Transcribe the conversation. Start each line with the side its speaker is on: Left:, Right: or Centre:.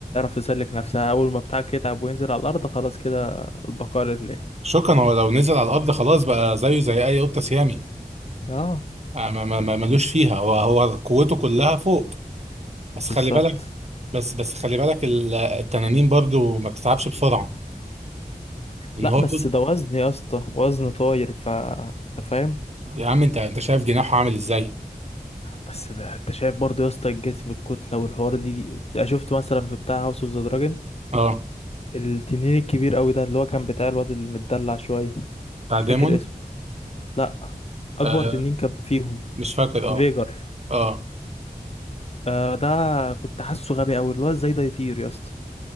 Left: تسلك نفسها أول ما بتاعك يتعب وينزل على الأرض خلاص كده البقاء لله
Right: شكرا هو لو نزل على الارض خلاص بقى زيه زي اي قطه سيامي
Left: اه
Right: آه، ما ما ما- ملوش فيها هو هو قوته كلها فوق بس
Left: بالظبط
Right: خلي بالك بس بس خلي بالك ال- التنانين برضو ما بتتعبش بسرعه لان
Left: لا
Right: هو
Left: بس
Right: طب...
Left: ده وزن يا اسطى وزن طاير ف انت فاهم
Right: يا عم انت انت شايف جناحه عامل ازاي
Left: بس ده انت شايف برضه يا اسطى الجسم الكتله والحوار دي, دي انا شفت مثلا في بتاع هاوس اوف ذا دراجون
Right: اه
Left: التنين الكبير قوي ده اللي هو كان بتاع الواد المدلع شويه
Right: بتاع
Left: مش
Right: ديمون
Left: فاكر اسمه لا اكبر
Right: آه
Left: تنين كان فيهم
Right: مش فاكر
Left: فيجر
Right: اه اه
Left: آه ده كنت حاسه غبي قوي اللي هو ازاي ده يطير يا اسطى